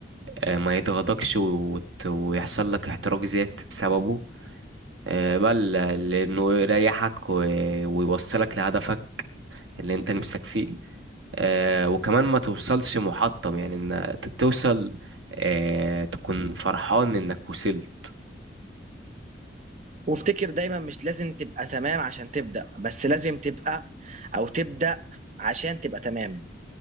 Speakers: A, on the right; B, on the right.
A: آه ما يضغطكش وت- ويحصل لك احتراق ذات بسببه آه، بل لأنه يريحك و- ويوصلك لهدفك اللي انت نفسك فيه آه وكمان ما توصلش محطم يعني ان ت- توصل آه تكون فرحان انك وصلت
B: وافتكر دايما مش لازم تبقى تمام عشان تبدا بس لازم تبقى او تبدا عشان تبقى تمام